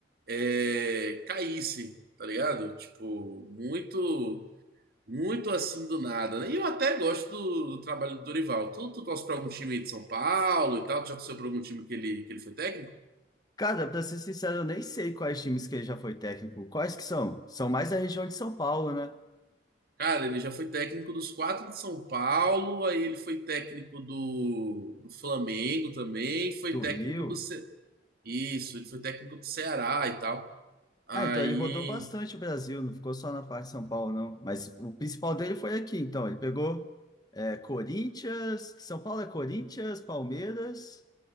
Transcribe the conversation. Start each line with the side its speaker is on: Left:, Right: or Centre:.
Right: é, caísse, tá ligado? Tipo, muito. Muito assim do nada. né? E eu até gosto do, do trabalho do Dorival. Tu, tu torce pra algum time aí de São Paulo e tal? Tu já torceu pra algum time que ele, que ele foi técnico?
Left: Cara, pra ser sincero, eu nem sei quais times que ele já foi técnico. Quais que são? São mais da região de São Paulo, né?
Right: Cara, ele já foi técnico dos quatro de São Paulo, aí ele foi técnico do, do Flamengo também, foi
Left: Do
Right: técnico
Left: Rio.
Right: do... Ce- Isso, ele foi técnico do Ceará e tal. Aí...
Left: Ah, então ele rodou bastante o Brasil, não ficou só na parte de São Paulo, não. Mas o principal dele foi aqui, então. Ele pegou é, Corinthians, São Paulo é Corinthians, Palmeiras,